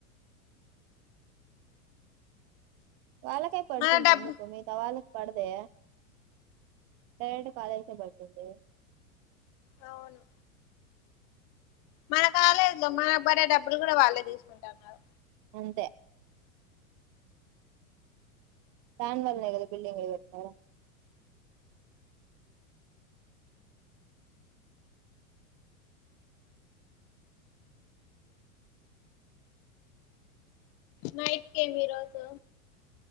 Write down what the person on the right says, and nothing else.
వాళ్ళకే పడుతుంది
ఎందుకు మిగతా వాళ్ళ పడదే ప్రైవేట్ కాలేజ్కే పడుతుంది
అంతే వాన్ వలే కదా బిల్డింగ్ మీద పెట్నారు